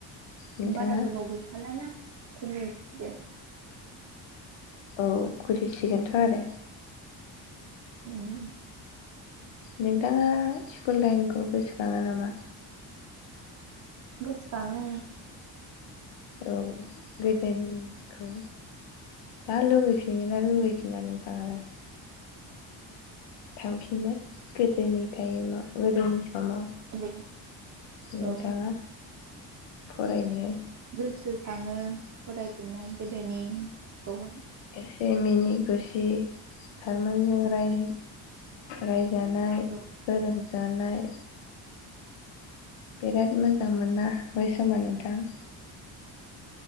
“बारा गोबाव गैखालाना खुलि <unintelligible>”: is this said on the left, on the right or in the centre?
Right